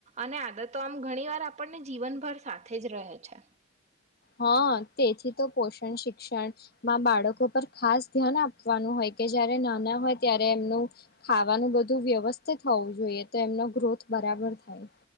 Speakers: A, on the right (about 35°); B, on the left (about 50°).
A: અને આદતો આમ ઘણી વાર આપણને જીવનભર સાથે જ રહે છે.
B: હા તેથી તો પોષણ શિક્ષણમાં બાળકો પર ખાસ ધ્યાન આપવાનું હોય કે જયારે નાના હોય ત્યારે એમનું ખાવાનું બધું વ્યવસ્થિત થવું જોઈએ તો એમનો ગ્રોથ બરાબર થાય.